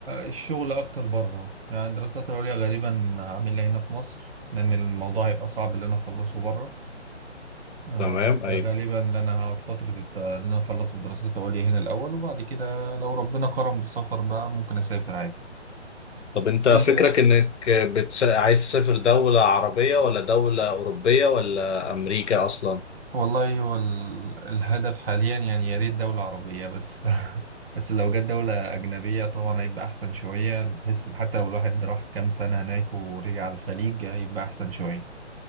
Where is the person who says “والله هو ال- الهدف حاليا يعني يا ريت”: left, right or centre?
Right